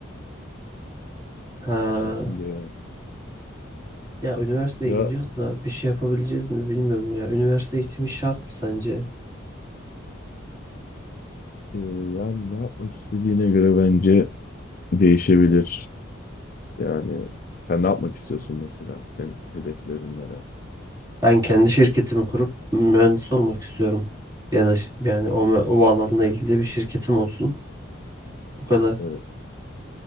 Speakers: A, on the right (about 20°); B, on the left (about 45°).
A: Ha,
B: Bu şekilde yani.
A: ya üniversiteye
B: Ya
A: gidiyoruz da bir şey yapabileceğiz mi bilmiyorum ya. Üniversite eğitimi şart mı sence?
B: e, yani ne yapmak istediğine göre bence değişebilir. Yani sen ne yapmak istiyorsun mesela? Senin hedeflerin neler?
A: Ben kendi şirketimi kurup mühendis olmak istiyorum. Ya da ş- yani o, mü- o alanla ilgili bir şirketim olsun. Bu kadar.
B: Evet.